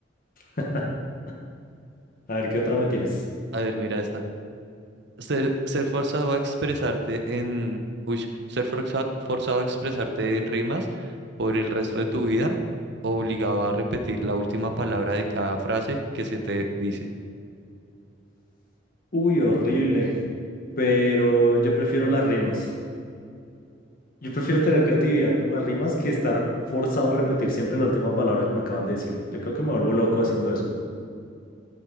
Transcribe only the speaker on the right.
A ver, mira esta. Ser, ser forzado a expresarte en... Uy, ser forza- forzado a expresarte en rimas por el resto de tu vida, obligado a repetir la última palabra de cada frase que se te dice.